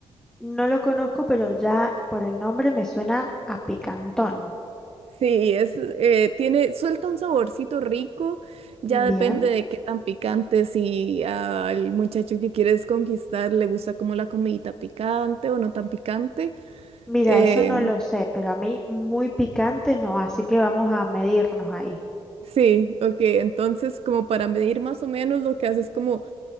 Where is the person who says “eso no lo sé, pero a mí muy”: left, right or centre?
Centre